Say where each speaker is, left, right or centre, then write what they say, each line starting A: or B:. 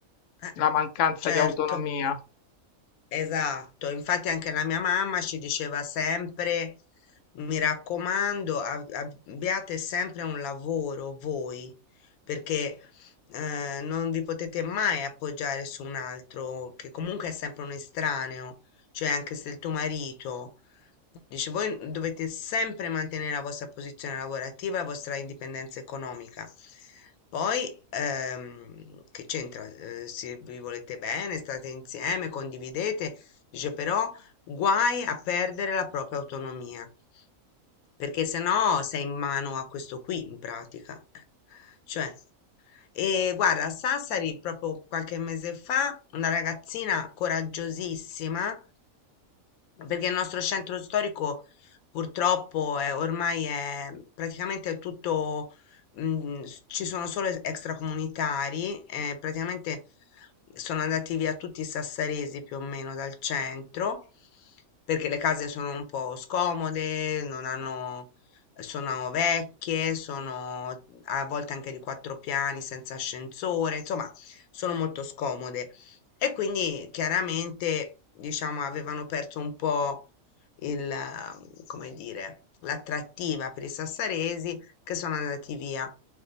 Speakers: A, on the left (about 85°); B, on the left (about 65°).
A: Eh.
B: la mancanza
A: Certo,
B: di autonomia.
A: esatto. Infatti anche la mia mamma ci diceva sempre: "Mi raccomando, a abbiate sempre un lavoro voi, perché, ehm, non vi potete mai appoggiare su un altro, che comunque è sempre un estraneo, cioè anche se il tuo marito Dice, voi dovete sempre mantenere la vostra posizione lavorativa, la vostra indipendenza economica. Poi, ehm, che c'entra? Eh, se vi volete bene, state insieme, condividete, dice però guai a perdere la propria autonomia, perché sennò sei in mano a questo qui, in pratica. Cioè, e guarda, a Sassari proprio qualche mese fa, una ragazzina coraggiosissima perché il nostro centro storico purtroppo è, ormai è praticamente tutto, mm, s- ci sono solo es- extracomunitari, eh, praticamente sono andati via tutti i sassaresi più o meno dal centro, perché le case sono un po' scomode, non hanno, sono vecchie, sono a volte anche di quattro piani senza ascensore, insomma, sono molto scomode. E quindi chiaramente, diciamo, avevano perso un po' il, eh, come dire, l'attrattiva per i sassaresi che sono andati via.